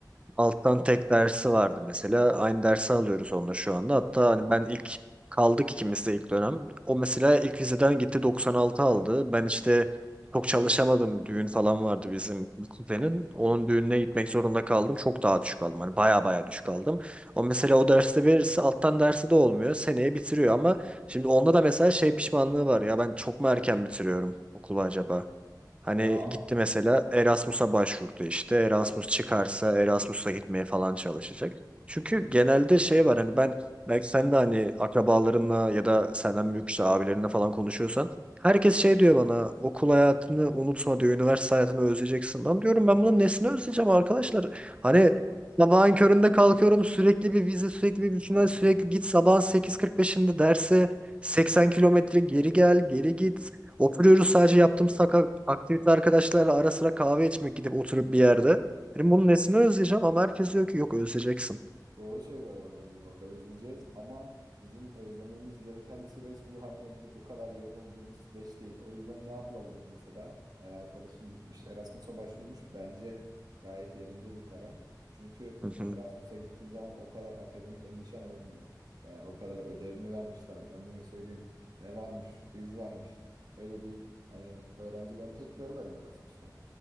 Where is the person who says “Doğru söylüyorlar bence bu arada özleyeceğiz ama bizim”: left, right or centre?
Right